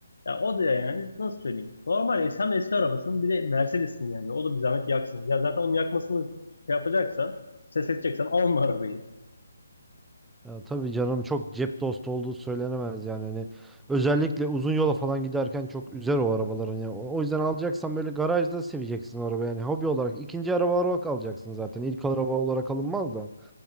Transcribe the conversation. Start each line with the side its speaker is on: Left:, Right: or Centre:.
Left: Ya o da yani nasıl söyleyeyim. Normal es- eski arabasın bir de Mercedes'in yani. O da bir zahmet yaksın. Ya zaten onun yakmasını şey yapacaksan, ses edeceksen alma arabayı.
Centre: Ya tabii canım çok cep dostu olduğu söylenemez yani hani özellikle uzun yola falan giderken çok üzer o arabaların ya. O o yüzden alacaksan böyle garajda seveceksin o araba yani hobi olarak ikinci araba olarak alacaksın zaten ilk araba olarak alınmaz da.